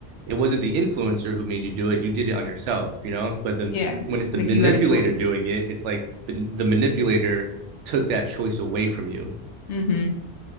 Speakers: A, on the right (about 80°); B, on the left (about 75°).
A: it wasn't the influencer who made you do it you did it on yourself you know but the
B: yeah,
A: when it's the
B: like
A: manipulator
B: you had a choice.
A: doing it it's like the, the manipulator took that choice away from you
B: hmm